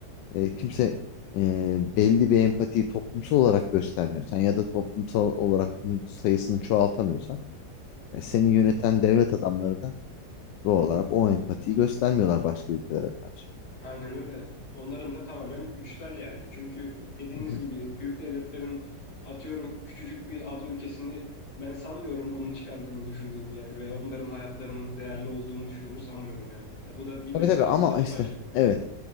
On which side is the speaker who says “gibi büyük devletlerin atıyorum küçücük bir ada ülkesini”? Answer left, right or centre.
Left